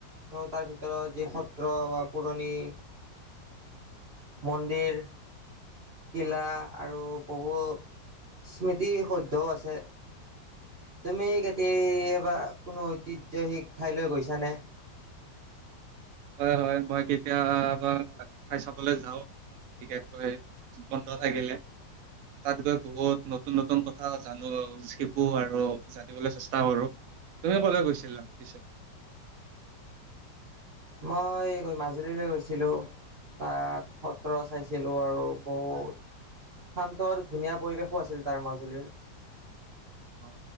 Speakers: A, on the right (about 45°); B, on the right (about 70°).
A: আৰু তাৰ ভিতৰত যি সত্ৰ বা পুৰণি। মন্দিৰ। কিলা
B: অ
A: আৰু বহু স্মৃতি শুদ্ধও আছে। তুমি কেতিয়াবা কোনো ঐতিহ্য শিক ঠাইলৈ গৈছা নে?
B: হয়- হয় মই কেতিয়া ঠাই চাবলৈ যাওঁ। বিশেষকৈ বন্ধ থাকিলে তাত গৈ বহুত নতুন -নতুন কথা জানো শিকো আৰু। জানিবলৈ চেষ্টা কৰোঁ তুমি কলৈ গৈছিলা পিছে?
A: মই মাজুলীলৈ গৈছিলোঁ। তাত সত্ৰ চাইছিলো আৰু বহুত। শান্ত আৰু ধুনীয়া পৰিৱেশো আছিল তাৰ মাজুলীৰ।
B: অ